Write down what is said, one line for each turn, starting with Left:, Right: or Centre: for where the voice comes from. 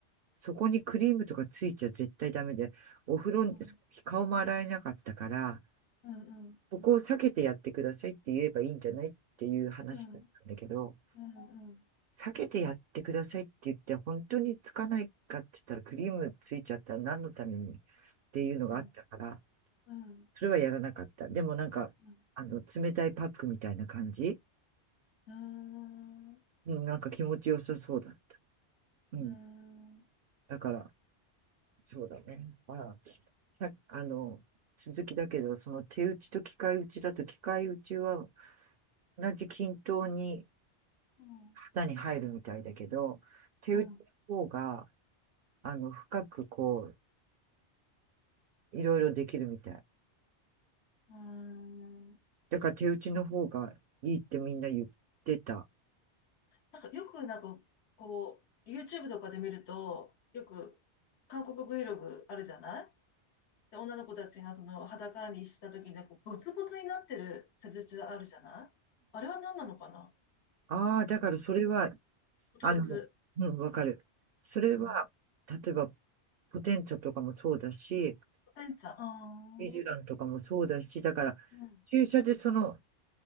Right: そこにクリームとかついちゃ絶対ダメで、お風呂に、
Left: うん。
Right: 顔も洗えなかったから、
Left: うん。
Right: ここを避けてやってくださいって言えばいいんじゃないっていう話だったんだけど、
Left: うん。うん。うん。
Right: 避けてやってくださいって言って、本当につかないかって言ったらクリームついちゃったら何のためにっていうのがあったから、
Left: うん。うん。
Right: それはやらなかった。でもなんか、
Left: うん。
Right: あの、冷たいパックみたいな感じ、
Left: うん。うーん。う
Right: うん、なんか気持ちよさそうだった。うん。
Left: ん。
Right: だから、そうだね。ああ、さ、あの、続きだけど、その手打ちと機械打ちだと、機械打ちは同じ均等に
Left: うん。
Right: 型に入るみたいだけど、手打ちの方が、
Left: うん。
Right: あの、深くこう、いろいろできるみたい。
Left: うーん。
Right: だから手打ちの方がいいってみんな言ってた。
Left: なんかよくなんかこう、YouTube とかで見ると、よく韓国 Vlog あるじゃないで、女の子たちがその裸にした時にこうボツボツになってる施術あるじゃないあれは何なのかな
Right: ああー、だからそれは、
Left: ボツボツ。
Right: あの、うん、わかる。それは、
Left: うん。
Right: 例えば、ポテンツァとかもそうだし、
Left: てんちゃん。あー
Right: イジュランとかもそうだし、だから、
Left: うん。
Right: 注射でその